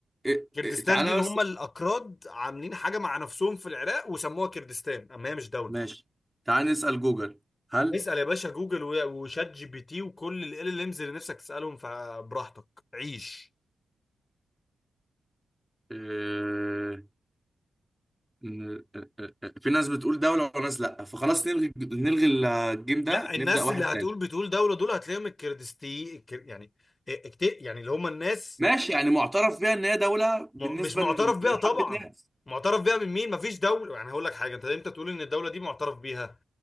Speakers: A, in the centre; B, on the left.
A: إيه-
B: كردستان
A: إيه، تعالى
B: دي اللي
A: بس
B: هم الاكراد عاملين حاجة مع نفسهم في العراق وسموها كردستان اما هي مش دولة
A: ماشي تعال نسال جوجل هل
B: اسأل يا باشا جوجل و- وشات جي بي تي وكل ال ال امز اللي نفسك تسألهم فبراحتك عيش
A: آه، ن- آه، آه، آه، في ناس بتقول دوله وناس لا فخلاص نلغي نلغي الجيم ده
B: لا الناس
A: نبدا واحد
B: اللي هتقول
A: تاني
B: بتقول دولة دول هتلاقيهم الكردستي الكر... يعني إيه، اكت- يعني اللي هم الناس
A: ماشي يعني معترف بيها ان هي دوله بالنسبه
B: م- مش معترف بيها
A: لحبه
B: طبعا
A: ناس
B: معترف بيها من مين مفيش دولة يعني هقول لك حاجة انت امتى تقول ان الدولة دي معترف بيها